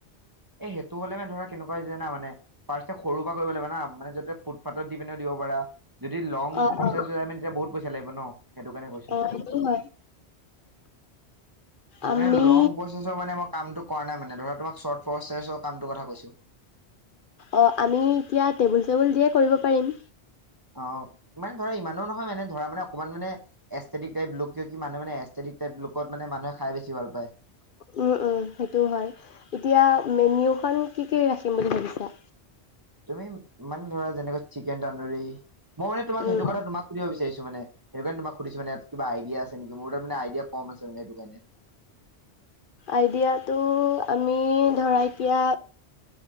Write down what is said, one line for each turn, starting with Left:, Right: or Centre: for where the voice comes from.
Right: এ সেইটো হ'লে মানে ধৰা কেনেকুৱা যে না মানে ফাৰ্ষ্টয়ে সৰু এনেকুৱা কৰিব লাগিব না মানে যতে ফুটপাথত দিপিনেও দিব পৰা, যদি লং
Left: অ
Right: প্ৰচেছ
Left: অ
Right: হৈ যায় তেতিয়া আমি বহুত পইচা লাগিব ন সেইটোৰ কাৰণে কৈছোঁ।
Left: অ সেইটো হয় আমি
Right: মানে লং প্ৰচেছৰ মানে মই কামটো কৰা নাই মানে ধৰা তোমাক চৰ্ত ফৰ্ চেচৰ কামটোৰ কথা কৈছোঁ।
Left: অ আমি এতিয়া টেবুল চেবুল দিয়ে কৰিব পাৰিম।
Right: অ, মানে ধৰা ইমানো নহয় মানে ধৰা মানে অকমান মানে এষ্টেটিক টাইপ লোক কিয় কি মানুহ মানে এষ্টেটিক টাইপ লোকত মানে মানুহে খাই বেছি ভাল পায়।
Left: উম উম সেইটো হয়। এতিয়া মেনিউখন কি কি, ৰাখিম বুলি ভাবিছা?
Right: তুমি মানে ধৰা যেনেকৈ, চিকেন তন্দুৰী মই মানে তোমাক
Left: উম
Right: সেইটো কথা তোমাক সুধিব বিচাৰিছো মানে ।সেইটো কাৰণে তোমাক সুধিছো মানে কিবা আইডিয়া আছে নেকি মোৰ তাত মানে আইডিয়া কম আছে মানে সেইটো কাৰণে।
Left: আইডিয়াটো আমি ধৰা এতিয়া